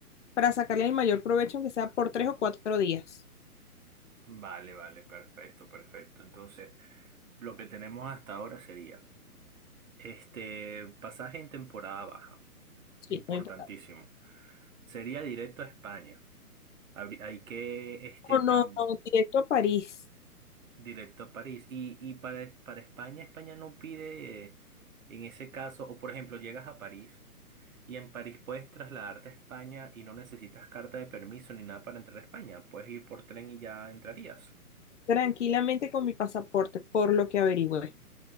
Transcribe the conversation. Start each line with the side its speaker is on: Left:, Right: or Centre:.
Left: para sacarle el mayor provecho, aunque sea por tres o cuatro días.
Right: Vale, vale, perfecto, perfecto. Entonces, Lo que tenemos hasta ahora sería este pasaje en temporada baja,
Left: Sí,
Right: importantísimo.
Left: muy importante.
Right: Sería directo a España. Habrí- Hay que este
Left: O no,
Right: tan
Left: no, directo a París,
Right: directo a París. Y, y para, para España, España no pide eh, en ese caso, o por ejemplo, llegas a París y en París puedes trasladarte a España y no necesitas carta de permiso ni nada para entrar a España. Puedes ir por tren y ya entrarías.
Left: tranquilamente con mi pasaporte, por lo que averigüé.